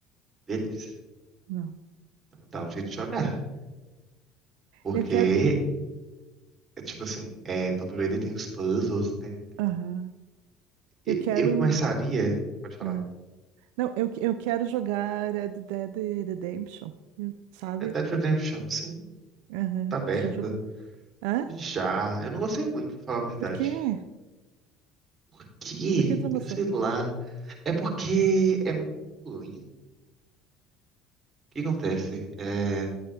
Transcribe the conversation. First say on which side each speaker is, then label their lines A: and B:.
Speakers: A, on the right (about 30°); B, on the right (about 75°).
A: deles?
B: não.
A: Então dá um jeito de jogar. Porque,
B: Eu quero.
A: é tipo assim, é, Tomb Raider tem os puzzles, né?
B: Aham.
A: E-
B: Eu quero.
A: Eu começaria, pode falar,
B: aham. Não, eu, eu quero jogar Red Dead Redemption, eu- sabe?
A: é Dead Redemption, sim,
B: Aham.
A: tá aberta.
B: Tu já jogou? Hã?
A: Já, eu não gostei muito, pra falar a verdade.
B: Por quê?
A: Por quê?
B: Por que tu não gostou?
A: Eu sei lá. É porque é muito lento. O que acontece? É,